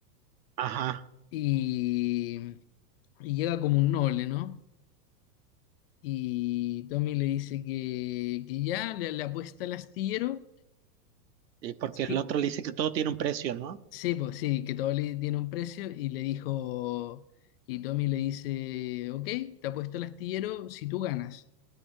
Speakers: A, on the right (about 80°); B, on the left (about 40°).
A: Ajá,
B: y, y llega como un noble, ¿no? Y Tommy le dice que, que ya le, le apuesta el astillero.
A: y porque
B: Sí,
A: el otro le dice que todo tiene un precio, ¿no?
B: sí, pues sí, que todo le tiene un precio y le dijo, y Tommy le dice, ok, te apuesto el astillero si tú ganas.